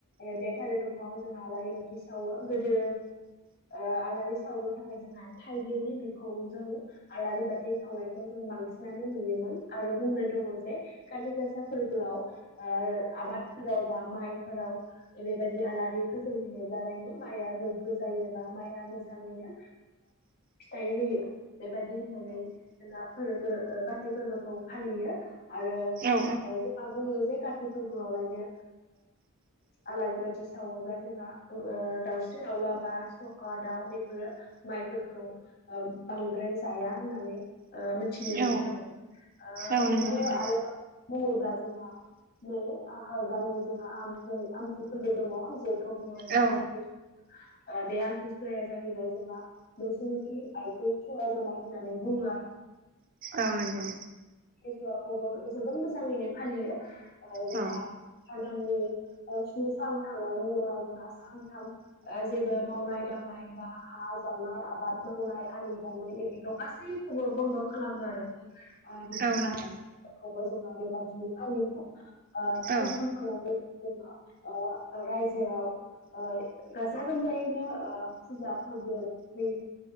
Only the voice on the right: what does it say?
औ
औ
औ
नंगौ नोंथां
औ
औ नंगौ
औ
औ नंगौ
औ